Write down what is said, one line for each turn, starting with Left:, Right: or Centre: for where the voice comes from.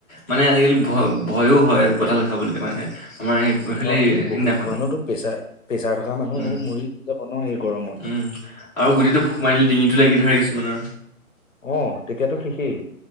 Centre: মানে আজিকালি ভয় ভয়ো হয় কঁঠাল খাবলৈ মানে আমাৰ এই- এইফালে
Left: অঁ এই
Centre: সিদিনাখন
Left: বহুত মানুহতো প্ৰেচাৰ প্ৰেচাৰ থকা মানুহ
Centre: উম,
Left: এইবোৰ মৰি ধৰি যাব ন এই গৰমত
Centre: উম আৰু গোটেইটো ফুক মাৰ দিলে ডিঙিতটো লাগি ধৰে কিছুমানৰ
Left: অঁ তেতিয়াতো শেষেই।